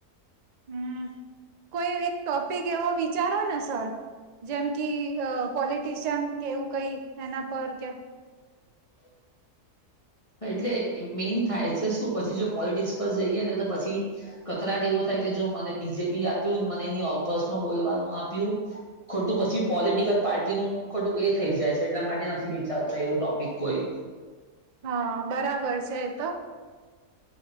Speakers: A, on the right; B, on the left.
A: હમ, કોઈ એક ટોપિક એવો વિચારો ને સર. જેમ કે પોલિટિશિયન કે એવું કંઈ એના પર કે?
B: હ. એટલે મેઈન થાય છે શું પછી? જો પોલિટિક્સ પર જઈએ ને, તો પછી કકરાટ એવો થાય. મને બીજેપી આપ્યું. મને એ ઓપસમાં બોલવાનું આપ્યું, ખોટું પછી પોલટ પાર્ટીનું ખોટું એ થઈ જાય છે, એટલા માટે નથી વિચારતો એવું ટોપિક કોઈ
A: હા, બરાબર છે તો.